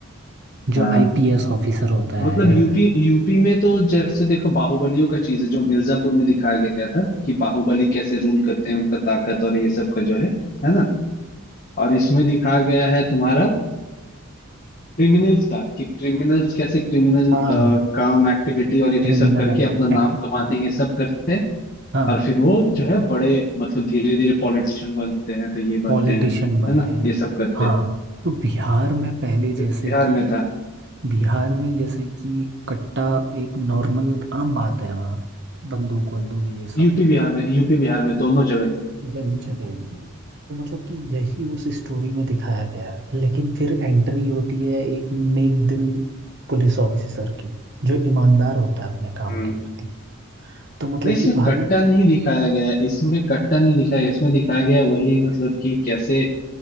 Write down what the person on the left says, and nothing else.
हाँ
मतलब
यूपी यूपी में तो जैसे देखो बाहुबलियों का चीज है जो मिर्जापुर में दिखाया गया था कि बाहुबली कैसे रूल करते हैं उनका ताकत और ये सब का जो है है ना और इसमें दिखाया गया है तुम्हारा क्रिमिनल्स का कि क्रिमिनल्स कैसे क्रिमिनल
काम एक्टिविटी और ये
सब करके अपना
नाम कमाते हैं ये सब करते हैं
और फिर वो जो है बड़े मतलब धीरे धीरे पॉलिटिशियन बनते हैं तो ये
बनते हैं
है ना
ये सब करते
हैं
जो
कि बिहार
में था
यूपी बिहार में यूपी बिहार में दोनों जगह ही
हम्म
नहीं इसमें
कट्टा नहीं दिखाया गया है इसमें कट्टा नहीं दिखाया इसमें दिखाया गया है वही मतलब कि कैसे